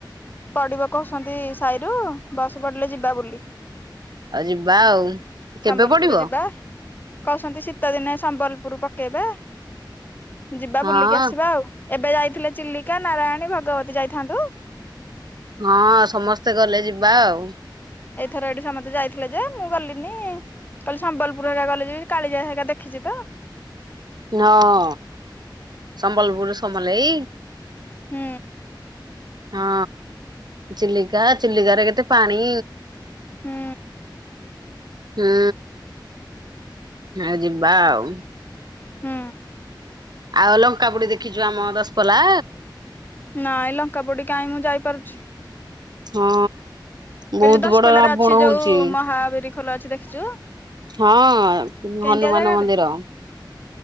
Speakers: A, on the left; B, on the right.
A: ପଡିବ କହୁଛନ୍ତି ସାହିରୁ ବସ ପଡିଲେ ଯିବା ବୋଲି।
B: ଆଉ ଯିବା ଆଉ। କେବେ
A: ସମ୍ବଲପୁର
B: ପଡିବ
A: ଯିବା କହୁଛନ୍ତି ଶୀତ ଦିନେ ସମ୍ବଲପୁର ଉପରୁ ପକେଇବା ଯିବା
B: ହଁ
A: ବୁଲିକି ଆସିବା ଆଉ ଏବେ ଯାଇଥିଲେ ଚିଲିକା ନାରାୟଣୀ ଭଗବତୀ ଯାଇଥାନ୍ତୁ।
B: ହଁ ସମସ୍ତେ ଗଲେ ଯିବା ଆଉ।
A: ଏଇଥର ଏଇଠି ସମସ୍ତେ ଯାଇଥିଲେ ଯେ ମୁଁ ଗଲିନି କାଲି ସମ୍ବଲପୁର ହୋ କଲେଜ କାଳିଜା ହେକା ଦେଖିଛି ତ
B: ହଁ ସମ୍ବଲ ବରୁ ସମ୍ବଲ ଏଇ
A: ହୁଁ।
B: ହଁ ଚିଲିକା ଚିଲିକାରେ କେତେ ପାଣି।
A: ହୁଁ।
B: ହୁଁ ଆ ଯିବା ଆଉ।
A: ହୁଁ।
B: ଆଉ ଲଙ୍କା ବୁଡି ଦେଖିଛୁ ଆମ ଦଶପଲା?
A: ନା ଏ ଲଙ୍କା ପୋଡ କାହି ମୁଁ ଯାଇପାରୁଛି।
B: ହଁ। ବହୁତ
A: ଏଠି ଯୋଉ ଦଶପଲ
B: ବଡ ରାବଣ
A: ାରେ ଅଛି ଯୋଉ
B: ହଉଛି
A: ମହାବିର ଖୋଲ ଅଛି ଦେଖିଛୁ?
B: ହଁ
A: କେମିତିଆ
B: ହନୁମାନ
A: ଜାଗାଟେ
B: ମନ୍ଦିର।